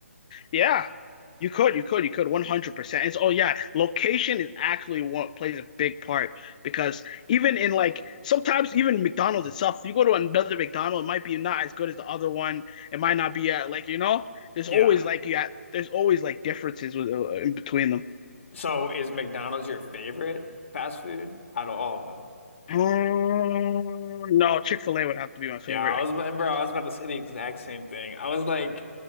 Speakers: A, on the left; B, on the left.
A: Yeah, you could, you could, you could, 100%. It's, oh yeah, location is actually what plays a big part because even in like sometimes even McDonald's itself, you go to another McDonald's, it might be not as good as the other one. It might not be uh, like you know, there's
B: Yeah.
A: always like yeah, there's always like differences with uh, in between them.
B: So is McDonald's your favorite fast food out of all of them?
A: Um, no, Chick-fil-A would have to be my favorite.
B: Yeah, I was about, bro, I was about to say the exact same thing. I was like,